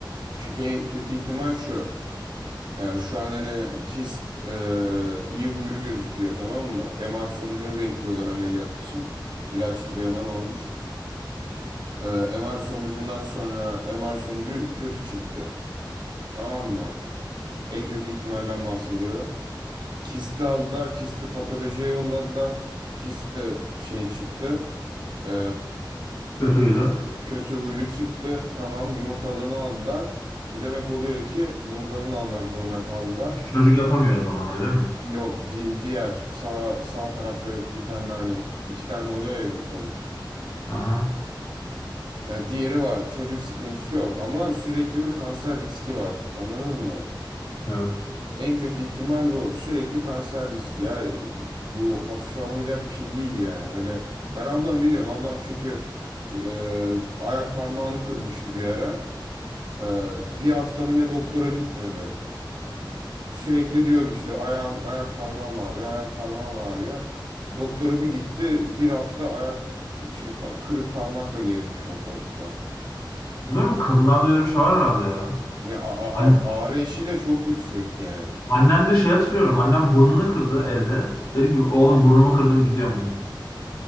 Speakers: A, on the right (about 65°); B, on the left (about 45°).
A: Çünkü en kötü ihtimal şu. Yani şu an hani kist e, iyi huylu gözüküyor tamam mı? MR sonucunu bekliyorlar ameliyat için. İlaçlı bir MR olmuş. E, MR sonucundan sonra MR sonucu kötü çıktı. Tamam mı? En kötü ihtimalden bahsediyorum. Kisti aldılar, kisti patolojiye yolladılar. Kist de şey çıktı. e,
B: Kötüydü.
A: kötü huylu çıktı. Tamam yumurtalığını aldılar. Bu demek oluyor ki yumurtalığını almak zorunda kaldılar.
B: Çocuk yapamıyor o zaman öyle miydi?
A: Yok di- diğer sağ sağ tarafta bir tane hani iki tane oluyor ya yumurtalık.
B: Aha,
A: E, diğeri var. Çocuk sıkıntısı yok ama sürekli bir kanser riski var. Anladın mı?
B: evet.
A: En kötü ihtimal bu. Sürekli kanser riski. Ya bu hafife alınacak bir şey değil yani. Öyle. Ben ablam biliyorum. Ablam çünkü e, ayak parmağını kırmıştı bir ara. E, bir hafta mı ne doktora gitmedi. Sürekli diyordu işte ayağım, ayak parmağım ağrıyor, ayak parmağım ağrıyor. Doktora bir gitti. Bir hafta ayak şey pa- kırık parmakla gezmiş ortalıkta.
B: Bilmiyorum kadınlarda öyle bir şey var herhalde ya.
A: Ne a- a-
B: An-
A: a- ağrı eşiği de çok yüksek yani.
B: annem de şey hatırlıyorum. Annem burnunu kırdı evde. Dedi ki oğlum burnumu kırdım gidiyorum ben.